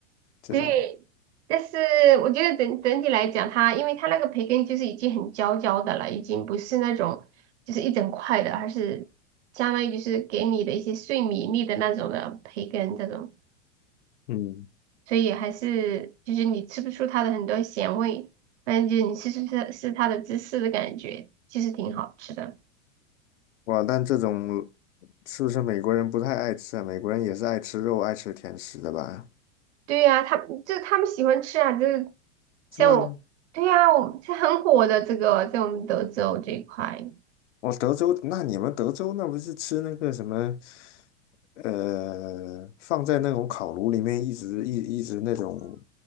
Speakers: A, on the left; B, on the right.
A: 这种。
B: 对，但是我觉得整整体来讲，它因为它那个培根就是已经很焦焦的了，已经不是那种就是一整块的，而是相当于就是给你的一些碎米粒的那种的培根这种，
A: 嗯，
B: 所以还是就是你吃不出它的很多咸味，反正就是你吃吃吃吃它的芝士的感觉，其实挺好吃的。
A: 哇，但这种是不是美国人不太爱吃啊？美国人也是爱吃肉、爱吃甜食的吧？
B: 对呀、他就就他们喜欢吃啊，就是像我，
A: 是吗？
B: 对呀、我这很火的这个在我们德州这一块，
A: 哦，德州，那你们德州那不是吃那个什么，呃，放在那种烤炉里面一直一一直那种，